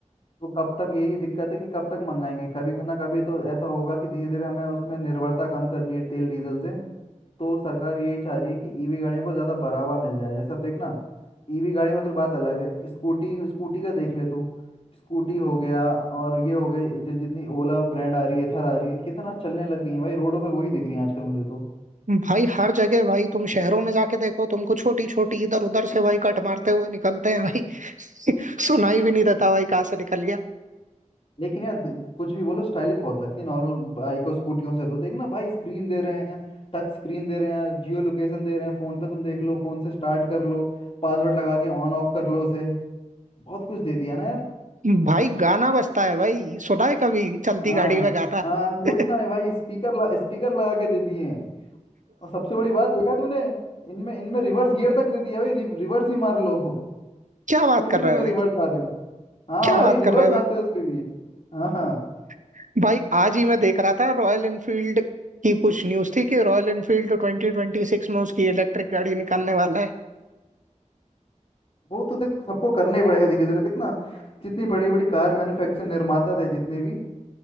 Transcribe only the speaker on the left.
तो कब तक यही दिक्कत है कि कब तक मंगाएंगे कभी ना कभी तो ऐसा होगा कि धीरे धीरे हमें उसमें निर्भरता कम करनी है तेल डीजल से तो सरकार यही चाह रही है कि ईवी गाड़ियों को ज़्यादा बढ़ावा मिल जाए जैसे अब देखना ईवी गाड़ी में तो बात अलग है स्कूटी स्कूटी का देख ले तू स्कूटी हो गया और ये हो गए जो जितनी ओला ब्रांड आ रही है एथर आ रही है कितना चलने लग गई है भाई रोडों पे वही दिख रही है आजकल मुझे तो
लेकिन यार दे- कुछ भी बोलो स्टाइलिश बहुत लगती है नॉर्मल बाइक और स्कूटियों से तो देखना भाई स्क्रीन दे रहे हैं टच स्क्रीन दे रहे हैं जियो लोकेशन दे रहे हैं फ़ोन पे तुम देख लो फ़ोन से स्टार्ट कर लो पासवर्ड लगा के ऑन ऑफ कर लो उसे बहुत कुछ दे दिया ना
हाँ
हाँ सोचना
है भाई स्पीकर ला, स्पीकर लगा के दे दिए हैं और सबसे बड़ी बात देखा तूने इनमें इनमें रिवर्स गियर तक दे दिया भाई रि, रिवर्स ही मार लो
स्कूटियों
में
रिवर्स आ रहे हैं हाँ
भाई
रिवर्स
आते हैं उसमें भी हाँ हाँ
वो तो देखो सबको करना ही पड़ेगा धीरे धीरे देख ना जितनी बड़ी बड़ी कार मैन्युफैक्चर निर्माता थे जितने भी